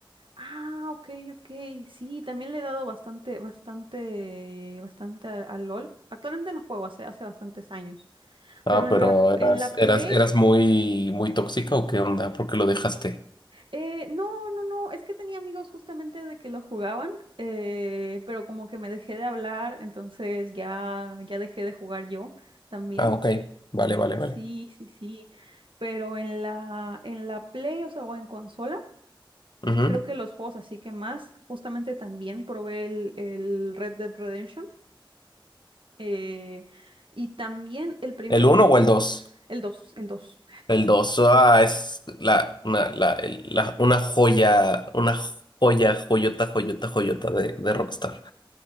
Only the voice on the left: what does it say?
Ah,
pero
eras,
eras, eras muy, muy tóxica o qué onda, ¿por qué lo dejaste?
Ah, ok, vale, vale,
vale.
Ujú.
¿El
uno o el dos.
El 2 ah, es la, una, la, el- la- una joya, una joya, joyota, joyota, joyota de, de Rockstar.